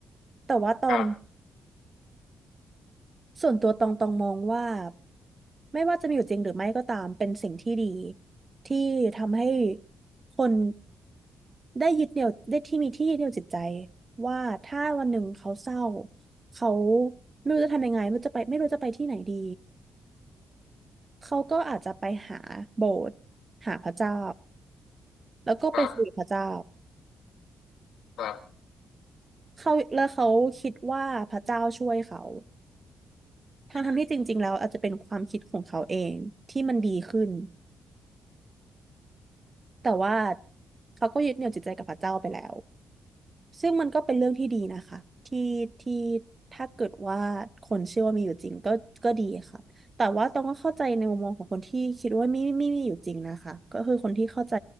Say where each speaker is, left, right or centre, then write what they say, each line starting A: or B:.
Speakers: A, on the right; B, on the left.
A: แต่ว่าตอง
B: ครับ
A: ส่วนตัวตองตองมองว่าไม่ว่าจะมีอยู่จริงหรือไม่ก็ตามเป็นสิ่งที่ดีที่ทำให้คนได้ยึดเหนี่ยวได้ที่มีที่ยึดเหนี่ยวจิตใจว่าถ้าวันหนึ่งเขาเศร้าเขาไม่รู้จะทำยังไงไม่รู้จะไปไม่รู้จะไปที่ไหนดีเขาก็อาจจะไปหาโบสถ์หาพระเจ้าแล้วก็ไปคุยกับพระเจ้า
B: ครับครับ
A: เขาแล้วเขาคิดว่าพระเจ้าช่วยเขาทั้งทั้งที่จริงๆแล้วอาจจะเป็นความคิดของเขาเองที่มันดีขึ้น
B: อืม
A: แต่ว่าเขาก็ยึดเหนี่ยวจิตใจกับพระเจ้าไปแล้วซึ่งมันก็เป็นเรื่องที่ดีนะคะที่ที่ถ้าเกิดว่าคนเชื่อว่ามีอยู่จริงก็ก็ดีค่ะแต่ว่าต้องก็เข้าใจในมุมมองของคนที่คิดว่าไม่ไม่ไมมีอยู่จริงนะคะก็คือคนที่เข้าใจ